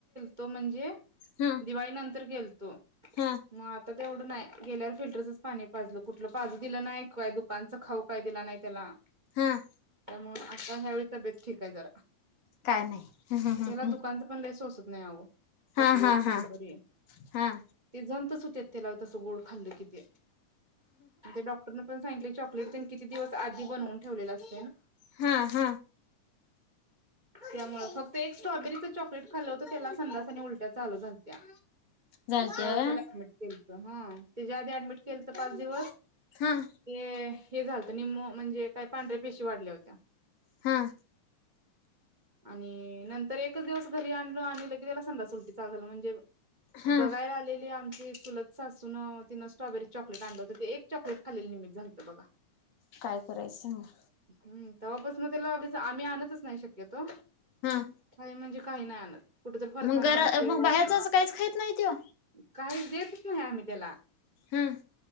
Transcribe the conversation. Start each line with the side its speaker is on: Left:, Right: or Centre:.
Right: तो म्हणजे
Left: हं
Right: दिवाळी नंतर गेल त
Left: हं
Right: मग आता तेवढं नाही गेल्यावर फील टरचंच पाणी पाजलं कुठलं पाजू दिलं नाही काय दुकानचं खाऊ काय दिला नाही त्याला.
Left: हं
Right: त्यामुळं आता ह्यावेळी तब्येत ठीक आहे जरा
Left: काय नाही हं हं
Right: त्याला
Left: हं हं
Right: दुकानचा पण लेय सोसत नाही आहो चॉकलेट,
Left: हां हां
Right: कॅडबरी
Left: हां हां
Right: ते जंतच हु त्यात त्याला तसं गोड खाल्ल कि ते ते डॉक्टरन पण सांगलय चॉकलेट तेन किती दिवस आधी बनवून ठेवलेल अस
Left: हा हा
Right: त्यामुळे फक् ते एक एक्ट्रॉबेरीचं चॉकलेट खालं होतं त्याला संडास आणि उलट्या चालू झालं त्या
Left: झालत्या
Right: त्यावर
Left: व्हय
Right: त्याला ऍडमिट केलत्या ह त्याच्या आधी ऍडमिट केलंत पाच दिवस ते
Left: हां
Right: हे झालं निमो म्हणजे काय पांढऱ्या पेशी वाढल्या होत्या.
Left: हां
Right: आणि नंतर एकच दिवस घरी आणलो आणि लगे त्याला संडास उलटी चालू झाला म्हणजे
Left: हां
Right: बघायला आलेली आम ते चूलत सासून तिनं स्ट्रॉबेरी चॉकलेट आणलंवतं ते एक चॉकलेट खालेल निमित झालतं बघा.
Left: काय करायच सांगा
Right: हम्म तवापासून त्याला उगीच आम्ही आणतच नाही शक्यतो
Left: हां
Right: काय म्हणजे काही नाही आणत कुठ तर फरसाना
Left: मग घर
Right: शेव
Left: मग
Right: असलं
Left: बाहेरच असं काहीच खाहीत नाही त्यो
Right: काहीच देतच नाही आम्ही त्याला
Left: हम्म